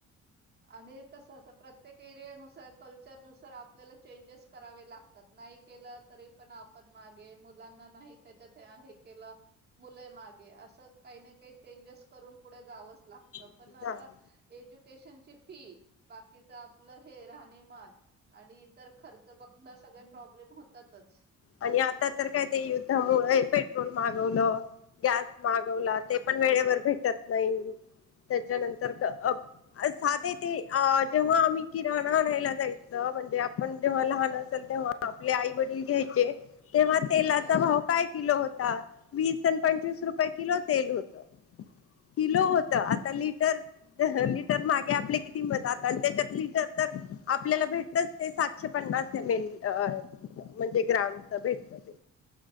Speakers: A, on the right; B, on the left.
A: आणि कसं असं प्रत्येक एरियानुसार, कल्चरनुसार आपल्याला चेंजेस करावे लाग त नाही केलं तरी पण आपण मागे, मुलांना नाही त्याच्यात हे केलं मुलं मागे, असं काही ना काही चेंजेस करून पुढे जावंच लागतं.
B: होतं.
A: पण आता एज्युकेशनची फी, बाकीच आपलं हे राहणीमान -- आणि इतर खर्च बघता सगळे प्रॉब्लेम होतातच.
B: आणि आता तर काय ते युद्धामुळे पेट्रोल महागवलं, गॅस महागवला
A: हो ना
B: ते पण वेळेवर भेटत नाही. त्याच्यानंतर अ साधे ते अ जेव्हा आम्ही किराणा आणायला जायचं म्हणजे आपण जेव्हा लहान असेल तेव्हा आपले आई वडील घ्यायचे, तेव्हा तेलाचा
A: हो
B: भाव काय किलो होता? वीस आणि पंचवीस रुपये किलो तेल होत, किलो होत, आता लि
A: <inaudible>
B: लिटर मागे आपल्या किती मिळतात आणि त्याच्यात लिटर तर आपल्याला भेटत ते सात एकशे पन्नास एम एल म्हणजे ग्रामच भेटतं